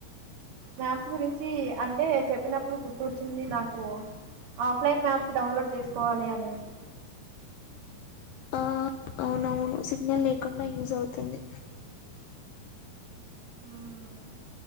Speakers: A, on the right (about 70°); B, on the left (about 75°).
A: మ్యాథ్స్ గురించి అంటే? చెప్పినప్పుడు గుర్తొచ్చింది. నాక్ కు ఆఫ్లైన్ మ్యాప్స్ డౌన్లోడ్ చేసుకోవాలి అనేసి
B: ఆ అవునవును సిగ్నల్ లేకుండా యూజ్ అవుతుంది
A: మ్మ్